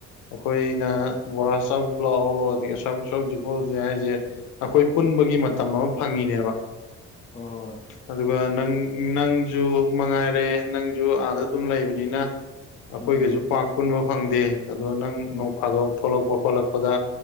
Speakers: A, on the left; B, on the left.
A: ꯑꯩꯈꯣꯏꯅ ꯕꯣꯔꯥ ꯆꯥꯎꯁꯤ ꯂꯥꯛꯑꯣ ꯑꯗꯒꯤ ꯑꯁꯥꯋꯥꯏ ꯆꯠꯂꯨꯁꯤ ꯈꯣꯠꯂꯩꯖꯤ ꯍꯥꯏꯁꯦ ꯑꯩꯈꯣꯏ ꯄꯨꯟꯕꯒꯤ ꯃꯇꯝ ꯑꯃ ꯐꯪꯉꯤꯅꯦꯕ
B: ꯍꯣꯏ ꯍꯣꯏ
A: ꯑꯗꯨꯒ ꯅꯪ ꯅꯪ ꯨꯁꯨ ꯃꯉꯥꯏꯔꯦ ꯅꯪꯁꯨ ꯑꯥꯗ ꯑꯗꯨꯝ ꯂꯩꯕꯅꯤꯅ ꯑꯩꯈꯣꯏꯒꯁꯨ
B: ꯎꯝ
A: ꯄꯥꯛ ꯄꯨꯟꯕ ꯐꯪꯗꯦ ꯑꯗꯣ ꯅꯪ
B: ꯎꯝ
A: ꯅꯣꯡ ꯐꯥꯗꯣꯛ ꯊꯣꯛꯂꯛꯄ ꯈꯣꯠꯂꯛꯄꯗ